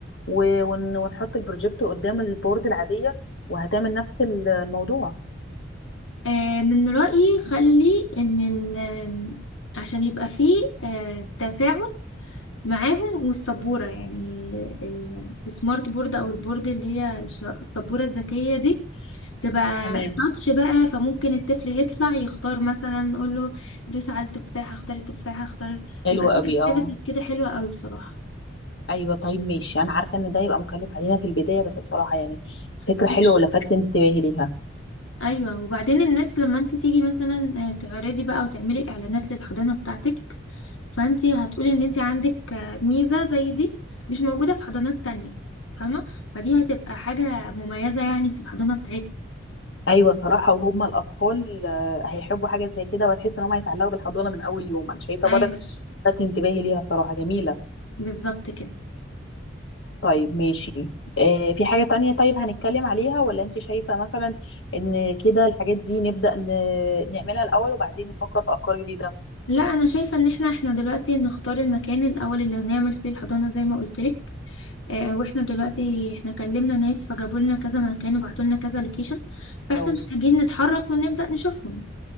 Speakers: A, on the left; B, on the left.
A: و- ون- ونحط البروجيكتور قدام البورد العادية وهتعمل نفس ال- الموضوع
B: آه من رأيي خلي ان ال آم، عشان يبقى فيه آه تفاعل معاهم والسبورة يعني ال- السمارت بورد أو البورد اللي هي الش- السبورة الذكية دي تبقى
A: تمام
B: تاتش بقى فممكن الطفل يطلع يختار مثلا نقول له دوس على التفاحة اختار التفاحة اختار
A: حلو
B: يبقى في
A: قوي
B: اكتيفيتيز
A: اه
B: كده حلوة قوي بصراحة
A: ايوه طيب ماشي انا عارفه ان ده يبقى مكلف علينا في البدايه بس صراحه يعني فكره
B: بس
A: حلوه ولفت انتباهي ليها
B: ايوه وبعدين الناس لما انت تيجي مثلا آه، تعرضي بقى وتعملي اعلانات للحضانه بتاعتك فانت هتقولي ان انت عندك آه، ميزه زي دي مش موجوده في حضانات تانية فاهمه فدي هتبقى حاجه مميزه يعني في الحضانه بتاعتنا
A: ايوه صراحه وهم الاطفال آه، هيحبوا حاجه زي كده وهتحس ان هم هيتعلقوا بالحضانه من اول يوم انا شايفه
B: ايوه
A: برضه لفت انتباهي ليها صراحه جميله
B: بالظبط كده
A: طيب ماشي آه، في حاجة تانية طيب هنتكلم عليها ولا انت شايفة مثلا ان كده الحاجات دي نبدأ ن- نعملها الأول وبعدين نفكر في أفكار جديدة
B: لا انا شايفه ان احنا احنا دلوقتي نختار المكان الاول اللي هنعمل فيه الحضانه زي ما قلت لك آه واحنا دلوقتي احنا كلمنا ناس فجابوا لنا كذا مكان وبعتوا لنا كذا لوكيشن فاحنا
A: خلاص
B: محتاجين نتحرك ونبدا نشوفهم